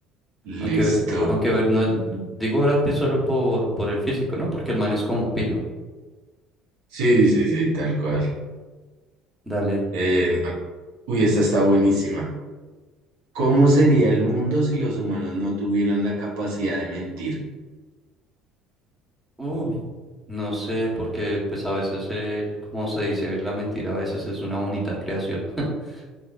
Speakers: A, in the centre; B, on the right.
A: aunque,
B: Listo.
A: aunque ver, no- digo Brad Pitt solo por, por el físico, ¿no? Porque el man es como pilo.
B: Sí, sí, sí, tal cual.
A: Dale.
B: Eh, no- Uy, esta está buenísima. ¿Cómo sería el mundo si los humanos no tuvieran la capacidad de mentir?
A: Uf, no sé, porque pues a veces, el- como se dice, la mentira a veces es una bonita creación. <laughs>